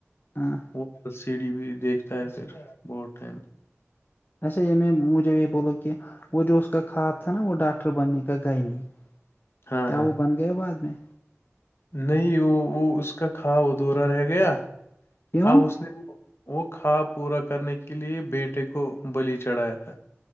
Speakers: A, on the left; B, on the left.
A: ہاں
B: وہ ایل سی ڈی بھی دیکھ پھر بہت ٹھنم
A: ایسے یہ میں مجھے یہ بولوں کہ وہ جو اس کا خواب تھا نا وہ ڈاکٹر بننے کا گئے نہیں
B: ہاں
A: کیا
B: ہاں
A: وہ بن گیا بعد میں
B: نہیں وہ وہ اس کا کھوا ادھورا رہ گیا
A: کیوں
B: اب اس نے وہ وہ کوااب پورا کرنے کے لیے بیٹے کو بلی چڑھایا تھا